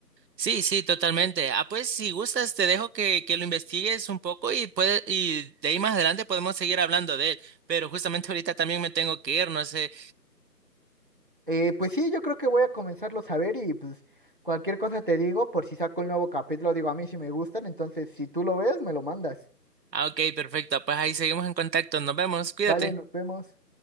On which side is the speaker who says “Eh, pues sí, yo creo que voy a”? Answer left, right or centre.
Right